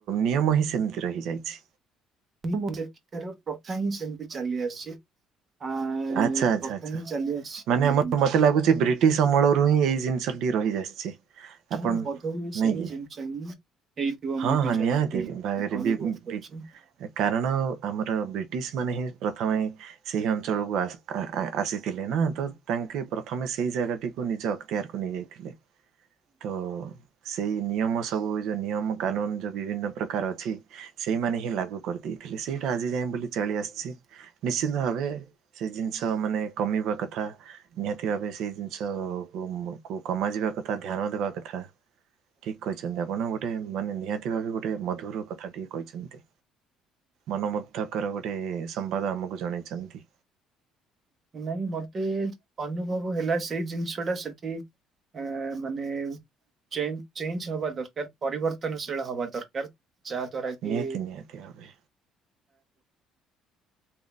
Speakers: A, on the right; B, on the right.
A: ନିୟମ ହିଁ ସେମିତି। ରହିଯାଇଛି।
B: ମୁଁଁ ଯେ ସେଠିକାର ପ୍ରଥା ହିଁ ସେମିତି ଚାଲି ଆସିଛି। ଆ
A: ଆଚ୍ଛା ଆଚ୍ଛା
B: ପ୍ରଥା
A: ଆଚ୍ଛା
B: ହିଁ ଚାଲି ଆସିଛି।
A: ମାନେ ଆମର ମତେ ଲାଗୁଛି ବ୍ରି ଟିଶ୍ ଅମଳ ରୁ ହିଁ ଏଇ ଜିନିଷ ଟି ରହିଆସିଛି।
B: ହଁ
A: ଆପଣ
B: ବୋଧହୁଏ ସେହି
A: ନାଇଁ କି
B: ଜିନଷ ହିଁ। ହେଇଥିବ
A: ହଁ
B: ମୁଁ ବି
A: ହଁ
B: ଯାହା
A: ନିହାତି
B: ଫିଲ୍
A: ଭାବରେ
B: ଅନୁଭବ
A: <unintelligible>
B: କରୁଛି।
A: କାରଣ ଆମର ବ୍ରିଟିଶ ମା ହିଁ ପ୍ରଥମେ ସେହି ଅଞ୍ଚଳକୁ ଆସି ଆସି ଥିଲେ ନା ତ ତାଙ୍କେ ପ୍ରଥମେ ସେଇ ଜାଗା ଟିକୁ ନିଜ ଅକ୍ତିଆରକୁ ନେଇ ଯାଇଥିଲେ। ତ ସେଇ ନିୟମସ ସବୁ ଯୋଉ ନିୟମ କାନୁନ ଯୋଉ ବିଭିନ୍ନ ପ୍ରକାର ଅଛି ସେଇମାନେ ହିଁ ଲାଗୁ କରିଦେଇଥିଲେ ସେଇ ଆଜି ଯାଇଁ ବୋଲି ଚଳି ଆସିଛି ନିଶ୍ଚିନ୍ତ ଭାବେ ସେଇ ଜିନିଷ ମାନେ କମିବା କଥା ନିହାତି ଭାବେ ସେଇ ଜିନିଷକୁ କୁ କମାଯିବ ବା କଥା ଧ୍ୟାନ ଦେବା କଥା। ଠିକ କହିଛନ୍ତି ଆପଣ ଗୋଟେ ମାନେ ନିହାତି ଭାବେ ଗୋଟେ ମଧୁର କଥା ଟିକେ କହିଛନ୍ତି। ମନୋମୁଗ୍ଧକର ଗୋଟେ ସମ୍ବାଦ ଆମକୁ ଜଣେଇଛନ୍ତି।
B: ନାଇଁ ମତେ ଅନୁଭବ ହେଲା ସେଇ ଜିନିଷ ଟା ସେଠି ଆ ମାନେ ଚେଞ୍ଜ ଚେଞ୍ଜ ହବା ଦରକାର ପରିବର୍ତ୍ତନଶୀଳ ହବା ଦରକାର। ଯା ଦ୍ୱାରା କି
A: ନିହାତି ନିହାତି ଭାବେ